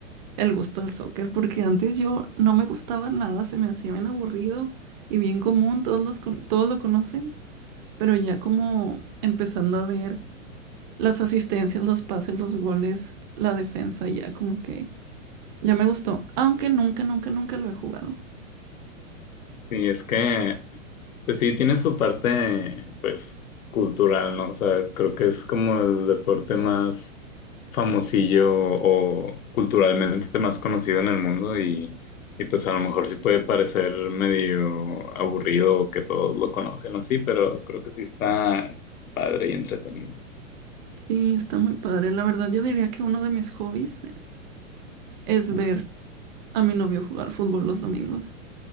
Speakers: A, on the right (about 35°); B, on the left (about 80°).
A: el gusto al soccer, porque antes yo no me gustaba nada, se me hacía bien aburrido y bien común, todos los con- todos lo conocen, pero ya como empezando a ver las asistencias, los pases, los goles, la defensa, ya como que ya me gustó, aunque nunca, nunca, nunca lo he jugado.
B: Sí, es que, pues sí, tiene su parte, pues, cultural, ¿no? O sea, creo que es como el deporte más famosillo o culturalmente más conocido en el mundo y, y pues a lo mejor sí puede parecer medio aburrido o que todos lo conocen o así, pero creo que sí está padre y entretenido.
A: Sí, está muy padre. La verdad, yo diría que uno de mis hobbies es ver
B: Ah,
A: a mi novio jugar fútbol los domingos.